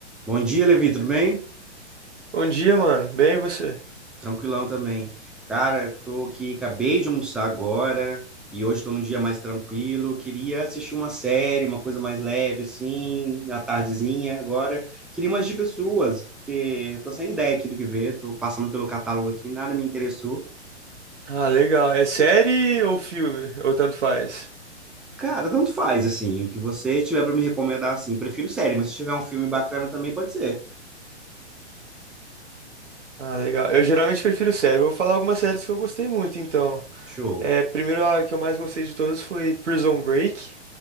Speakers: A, in the centre; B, on the right.
A: Bom dia, Levi, tudo bem?
B: Bom dia, mano. Bem, e você?
A: Tranquilão também. Cara, eu tô aqui, acabei de almoçar agora e hoje estou num dia mais tranquilo. Queria assistir uma série, uma coisa mais leve, assim, na tardezinha agora. Queria umas dicas suas, porque eu tô sem ideia aqui do que ver, tô passando pelo catálogo aqui, nada me interessou.
B: Ah, legal. É série ou filme? Ou tanto faz?
A: Cara, tanto faz, assim, o que você tiver para me recomendar, assim, prefiro série, mas se tiver um filme bacana também pode ser.
B: Ah, legal. Eu geralmente prefiro série. Vou falar algumas séries que eu gostei muito, então.
A: Show.
B: É, primeiro, a que eu mais gostei de todas foi Prison Break.